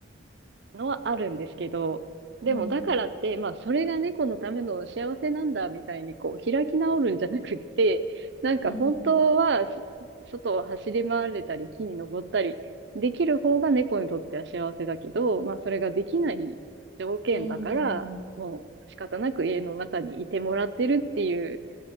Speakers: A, on the right (about 60°); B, on the left (about 75°).
A: のはあるんですけど、でもだからって、
B: うんうん。
A: まあそれが猫のための幸せなんだみたいにこう開き直るんじゃなくって、なんか本当はし外を走り回れたり木に登ったりできる方が猫にとっては幸せだけど、
B: う
A: まあそれができない条件だから、
B: んうんうん。
A: もう仕方なく家の中にいてもらってるっていう、